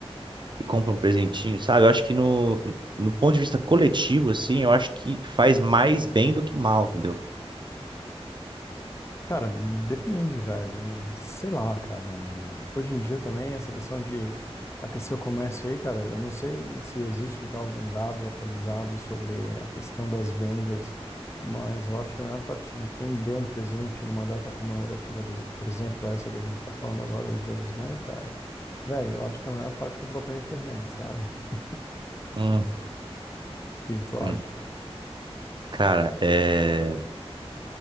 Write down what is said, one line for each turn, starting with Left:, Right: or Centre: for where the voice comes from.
Right: e compra um presentinho, sabe? Eu acho que no, no ponto de vista coletivo, assim, eu acho que faz mais bem do que mal, entendeu?
Left: Cara, depende, velho. Sei lá, cara. É, Hoje em dia também, essa questão de aquecer o comércio aí, cara, eu não sei se existe já algum dado atualizado sobre a questão das vendas, mas eu acho que a maior parte de quem deu um presente numa data comemorativa, des- por exemplo, essa que a gente tá falando agora, o Dia das Mães, cara, velho, eu acho que a maior parte comprou pela internet, sabe? <laughs>
Right: Hum,
Left: O que que tu
Right: hum.
Left: acha?
Right: Cara, é...